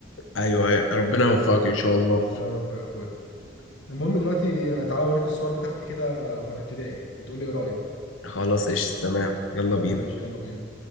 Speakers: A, on the left (about 80°); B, on the left (about 70°).
A: ايوه أيوة، ربنا يوفقك ان شاء الله
B: يا رب يا اخويا المهم دلوقتي آه، تعالى اوريك الصور بتاعتي كده وانا في ابتدائي وتقول لي ايه رايك
A: خلاص ايش تمام يلا
B: خلاص
A: بينا
B: ماشي يلا بينا